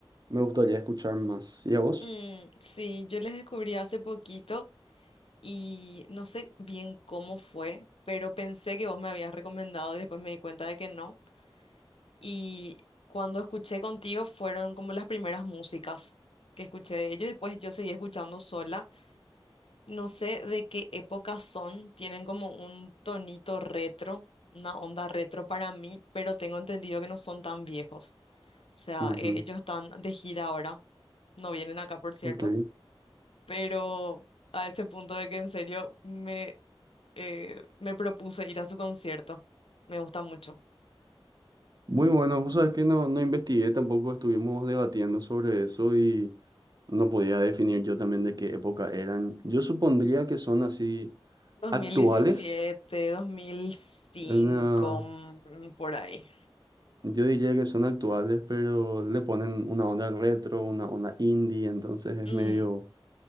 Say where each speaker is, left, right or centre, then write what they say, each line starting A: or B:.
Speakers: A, on the right; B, on the left.
A: me gustaría escuchar más. ¿Y a vos?
B: Mm, sí, yo les descubrí hace poquito y no sé bien cómo fue, pero pensé que vos me habías recomendado y después me di cuenta de que no. Y cuando escuché contigo fueron como las primeras músicas que escuché de ellos, después yo seguí escuchando sola No sé de qué época son, tienen como un tonito retro, una onda retro para mí, pero tengo entendido que no son tan viejos. O sea,
A: Ujú,
B: eh, ellos están de gira ahora, no vienen acá, por cierto,
A: Ok.
B: pero a ese punto de que en serio me, eh, me propuse ir a su concierto. Me gusta mucho.
A: Muy bueno, vos sabés que no, no investigué, tampoco estuvimos debatiendo sobre eso y no podía definir yo también de qué época eran. Yo supondría que son así
B: 2017,
A: actuales.
B: 2005,
A: No.
B: mm, por ahí.
A: Yo diría que son actuales, pero le ponen una onda retro, una onda indie, entonces es
B: Mm,
A: medio